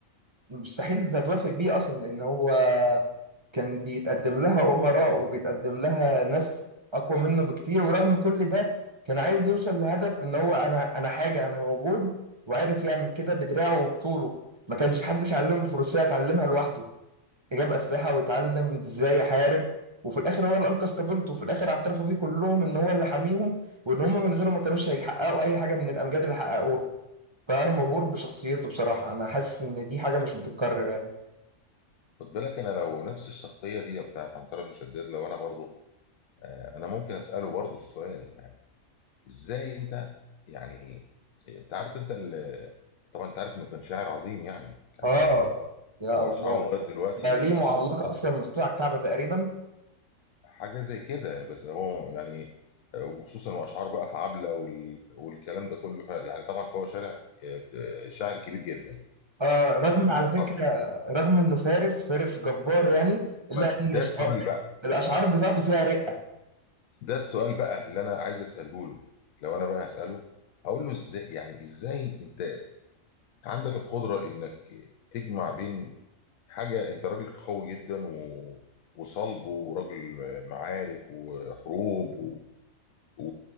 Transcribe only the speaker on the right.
مستحيل تتوافق بيه اصلا ان هو كان بيتقدم لها امراء وبيتقدم لها ناس اقوى منه بكتير ورغم كل ده كان عايز يوصل لهدف ان هو انا انا حاجه انا موجود وعرف يعمل كده بدراعه وبطوله ما كانش حدش علمه الفروسية اتعلمها لوحده جاب أسلحة
واتعلم إزاي يحارب وفي الآخر هو اللي أنقذ قبيلته وفي الآخر اعترفوا بيه كلهم إن هو اللي حاميهم وإن هم من غيره ما كانوش هيحققوا أي حاجة من الأمجاد اللي حققوها فأنا مبهور بشخصيته بصراحة أنا حاسس إن دي حاجة مش بتتكرر يعني
آه يا
الله
ده ليه معلقة أصلا محطوطة على الكعبة تقريبا
آه رغم على فكرة
رغم إنه فارس فارس جبار يعني إلا
إن
شعر-
الأشعار بتاعته فيها رقة